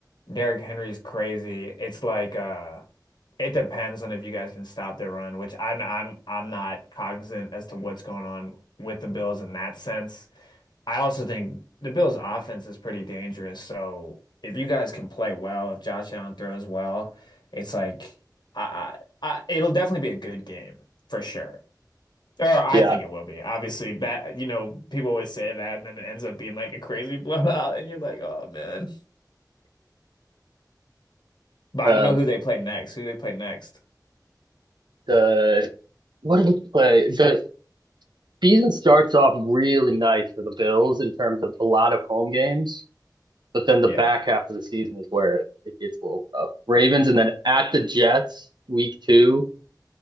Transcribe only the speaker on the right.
Yeah.
Um
the what did we play? The season starts off really nice for the Bills in terms of a lot of home games. But then the
back half of the season is where it, gets a little tough. Ravens and then at the Jets week two,